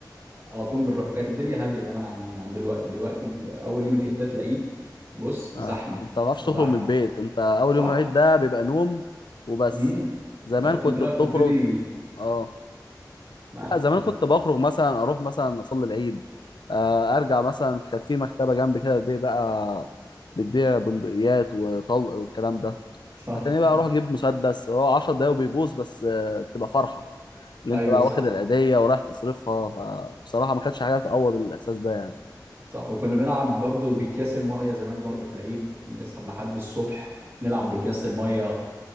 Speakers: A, on the right; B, on the left.
A: على طول بنروح وكانت الدنيا هاديه كمان عن عن دلوقتي دلوقتي ال- اول يوم العيد ده تلاقيه بص
B: آه،
A: زحمه
B: ما بتعرفش
A: زحمه
B: تخرج من البيت انت اول
A: صح
B: يوم العيد ده بيبقى نوم وبس
A: امم
B: زمان
A: ايوه
B: كنت
A: انت بقى
B: بتخرج
A: بتبتدي
B: اه
A: معاك
B: لا زمان
A: قول
B: كنت
A: لي.
B: بخرج مثلا اروح مثلا اصلي العيد آه، ارجع مثلا كانت في مكتبه جنبي كده بتبيع بقى بتبيع بندقيات وطلق والكلام ده
A: صح
B: هتلاقيني بقى
A: <laughs>
B: اروح اجيب مسدس هو 10 دقايق وبيبوظ بس آه، بتبقى فرحه اللي
A: ايوه
B: انت بقى
A: صح
B: واخد العيدية ورايح تصرفها فبصراحة ما كانتش حاجة تعوض الإحساس ده يعني
A: صح وكنا بنلعب برضو باكياس المية زمان برضو في العيد نسهر لحد الصبح نلعب باكياس المية